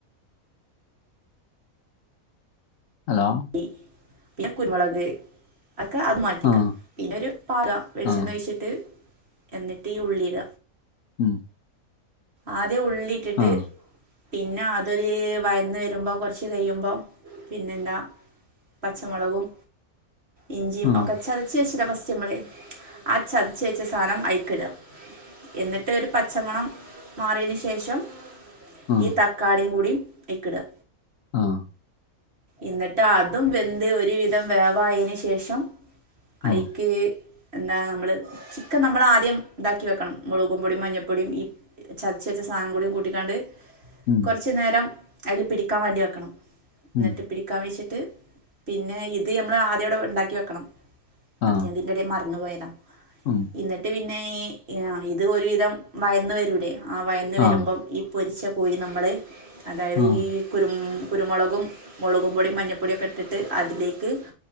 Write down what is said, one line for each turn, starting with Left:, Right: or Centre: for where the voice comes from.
Left: ഹലോ
Right: പിന്നെ കുര്മൊളക്. ഒക്കെ അത് മാറ്റിക്ക
Left: ആ
Right: പിന്നെ ഒരു പാത വെളിച്ചെണ്ണ
Left: ആ
Right: വെച്ചിട്ട് എന്നിട്ട് ഈ ഉള്ളീട
Left: ഉം
Right: ആദ്യ ഉള്ളിയിട്ടിട്ട്
Left: ആ
Right: പിന്നെ അതൊരു വയന്ന് വരുമ്പോ കുറച്ച് കഴിയുമ്പോ പിന്നെന്താ പച്ചമുളകും ഇഞ്ചിയും
Left: ആ
Right: ഒക്കെ ചതച്ചച്ചരവസ്യമ്മള ആ ചതിച്ച വെച്ച സാധനം അയിക്കിടുക എന്നിട്ട് ഒരു പച്ചമണം മാറിയതിന് ശേഷം
Left: ആ
Right: ഈ തക്കാളിയും കൂടിയും അയിക്കിടുക
Left: ആഹ്
Right: എന്നിട്ട് അതും വെന്ത് ഒരുവിധം വേവായതിന് ശേഷം അയ്ക്ക്
Left: ആ
Right: എന്താ നമ്മള് ചിക്കൻ നമ്മൾ ആദ്യം ഇതാക്കി വെക്കണം മുളകും പൊടിയും മഞ്ഞൾപ്പൊടിയും ഈ ചതച്ച് വെച്ച സാധനം കൂടി കൂട്ടിക്കാണ്ട്
Left: ഉം
Right: കുറച്ചു നേരം അതിൽ പിടിക്കാൻ വേണ്ടി വെക്കണം എന്നിട്ട്
Left: ഉം
Right: പിടിക്കാൻ വെച്ചിട്ട് പിന്നെ ഇത് നമ്മൾ ആദ്യം ഇവിടെ ഉണ്ടാക്കി വെക്കണം അത്
Left: ആ
Right: ഞാൻതി ഇത് ഞാൻ മറന്ന് പോയത
Left: ഉം
Right: എന്നിട്ട് പിന്നെ ഈ ഇത് ഒരുവിധം വയന്ന് വരൂലെ ആ വയന്ന് വരുമ്പം
Left: ആ
Right: ഈ പൊരിച്ചകോഴി നമ്മള് അതായത്
Left: ആ
Right: ഈ കുരു കുരുമുളകും മുളകും പൊടി മഞ്ഞൾപ്പൊടിയൊക്കെ ഇട്ടിട്ട് അതിലേക്ക്